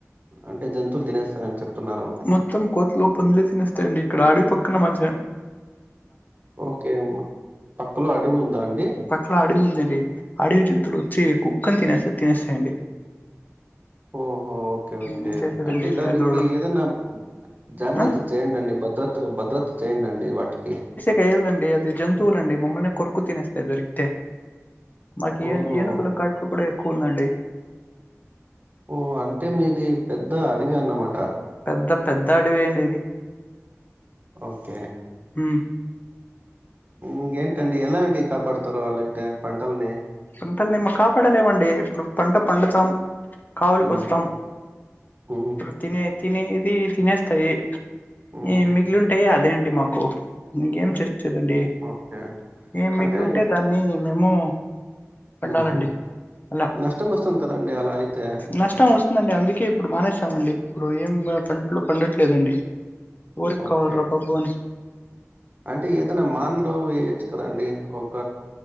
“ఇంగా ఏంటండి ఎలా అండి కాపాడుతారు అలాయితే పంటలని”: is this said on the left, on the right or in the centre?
Right